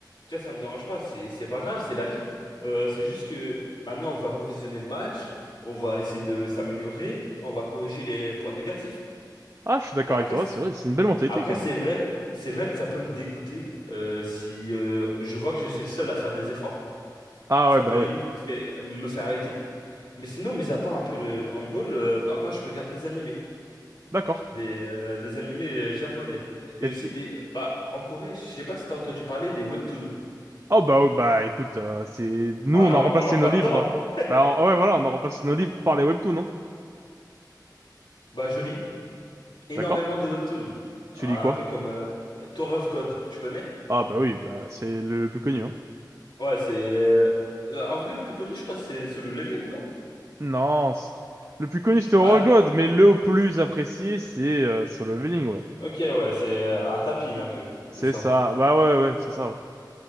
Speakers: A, on the left (about 85°); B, on the right (about 40°).
A: Tu vois, ça me dérange pas, c'est, c'est pas grave, c'est la vie. Euh, c'est juste que maintenant on va revisionner le match, on va essayer de s'améliorer, on va corriger les points négatifs.
B: Ah, je suis d'accord
A: Et après,
B: avec toi,
A: si-
B: c'est vrai, c'est une belle mentalité,
A: après
B: quand
A: c'est
B: même.
A: vrai, c'est vrai que ça peut me dégoûter euh, si euh, je vois que je suis le seul à faire des efforts.
B: Ah
A: Ça
B: ouais, bah
A: peut limite
B: ouais.
A: me faire, me faire arrêter. Mais sinon, mis à part un peu le, le handball, euh, bah moi je regarde des animés.
B: D'accord.
A: des, euh, des animés euh, japonais. Et
B: Et,
A: aussi des... Bah, en Corée, je sais pas si t'as entendu parler des webtoons.
B: Oh bah ouais, bah écoute, euh, c'est nous
A: On
B: on
A: est en,
B: a remplacé
A: on est en plein
B: nos livres.
A: dedans. hein.
B: Bah on- ah ouais voilà, on a remplacé nos livres par les webtoons, non?
A: Bah, je lis énormément
B: D'accord?
A: de webtoons.
B: Tu
A: Un
B: lis quoi?
A: peu comme euh, Tower of God, tu connais?
B: Ah bah oui, bah c'est le plus connu, hein.
A: Ouais, c'est... euh, en vrai, le plus connu, je crois, c'est Solo Leveling, non?
B: Non, c- le plus connu c'était Horror
A: Ah,
B: God, mais le plus apprécié c'est euh, Solo Leveling, ouais.
A: ok, ouais, c'est euh, un tapin un peu,
B: C'est
A: c'est ça.
B: ça. Bah ouais ouais, c'est ça ouais.